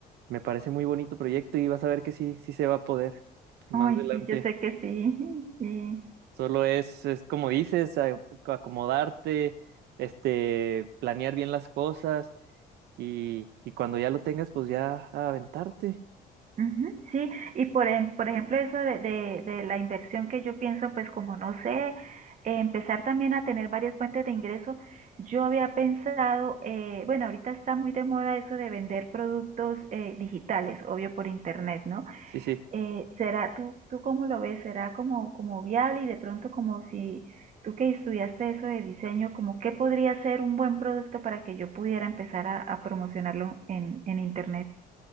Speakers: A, on the right; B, on the right.
A: me parece muy bonito proyecto y vas a ver que sí, sí se va a poder más
B: Ay,
A: adelante.
B: sí, yo sé que sí, <laughs> sí.
A: Solo es, es como dices, a- acomodarte, este, planear bien las cosas y, y cuando ya lo tengas, pues ya aventarte.
B: Ujú, Sí, y por, em- por ejemplo eso de, de- de la inversión que yo pienso, pues como no sé, eh, empezar también a tener varias fuentes de ingreso, yo había pensado, eh, bueno, ahorita está muy de moda eso de vender productos eh, digitales, obvio por internet, ¿no?
A: Sí, sí.
B: Eh, ¿será, tú, tú cómo lo ves? ¿Será como, como viable y de pronto como si tú que estudiaste eso de diseño, como qué podría ser un buen producto para que yo pudiera empezar a, a promocionarlo en, en internet?